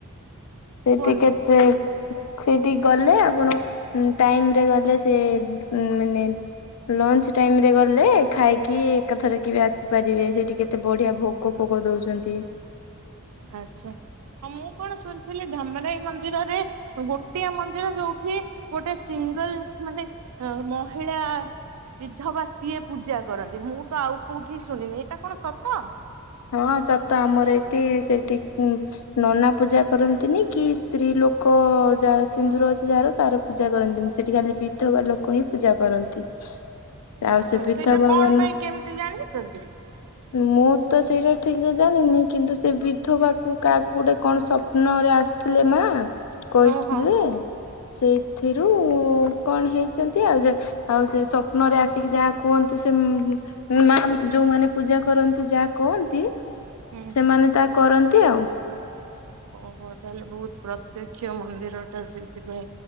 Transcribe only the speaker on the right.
କୁହନ୍ତୁ।
ଆଛା ହ ମୁଁ କଣ ଶୁଣିଥିଲି ଧାମରାଇ ମନ୍ଦିରରେ ଗୋଟିଏ ମନ୍ଦିର ଯୋଉଠି ଗୋଟେ ସିଙ୍ଗଲ ମାନେ ମହିଳା ବିଧବା ସିଏ ପୂଜା କରନ୍ତି ମୁଁ ତ ଆଉ କୋଉଠି ଶୁଣିନି ଏଇଟା କଣ ସତ?
ଓ
ହୁଁ
ସେଇଟା କଣ
ପାଇଁ କେମିତି ଜାଣିଛନ୍ତି।
ହଁ ହଁ ହଁ
ହୁଁ
ଓହୋ ତାହେଲେ ବହୁତ ପ୍ରତ୍ୟକ୍ଷ ମନ୍ଦିର ଟା ସେଇଥିପାଇଁ